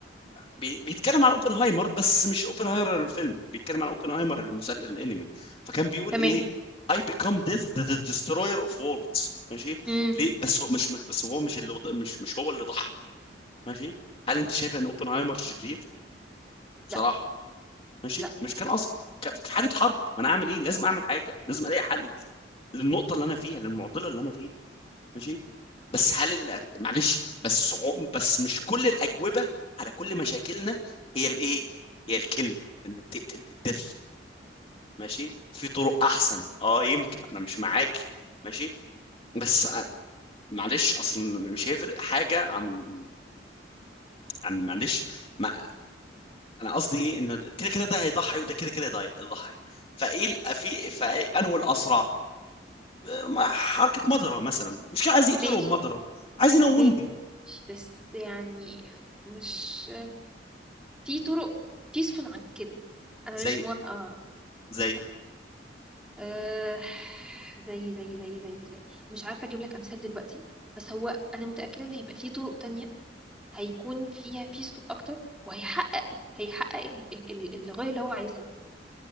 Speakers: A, on the left (about 30°); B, in the centre.
A: بي- بيتكلم عن اوبنهايمر بس مش اوبنهايمر الفيلم بيتكلم عن اوبنهايمر المسلسل الانمي فكان بيقول
B: تمام
A: ايه I become death the, the destroyer of worlds ماشي
B: امم
A: ليه بس هو مش, مش بس هو مش اللي وض- مش مش هو اللي ضحى ماشي هل انت شايف ان اوبنهايمر شرير بصراحه
B: لا
A: ماشي
B: لا
A: مش كان قصده ك- في حاله حرب ما انا اعمل ايه لازم اعمل حاجه لازم الاقي حل للنقطه اللي انا فيها للمعضله اللي انا فيها ماشي بس هل ال- معلش بس عق- بس مش كل الأجوبة على كل مشاكلنا هي الايه هي الكل انك تقتل الدث ماشي في طرق احسن اه يمكن انا مش معاكي ماشي بس آه، معلش اصلا مش هيفرق حاجة عن عن معلش ما انا قصدي ايه انه كده كده ده هيضحي وده كده كده ده هيضحي فايه ال- في فانه الاسرع آه، ما- حركة مضرة مثلا مش كان عايز يقتلهم
B: ماشي
A: مضرة عايز ينومهم
B: ماشي بس يعني مش في طرق بيسفول عن كده انا
A: زي
B: مش موافقه
A: زي
B: أه... زي زي زي زي زي مش عارفه اجيب لك امثال دلوقتي بس هو انا متاكده ان هيبقى في طرق تانية هيكون فيها بيسفول اكتر وهيحقق هيحقق ال... ال... ال... الغايه اللي هو عايزها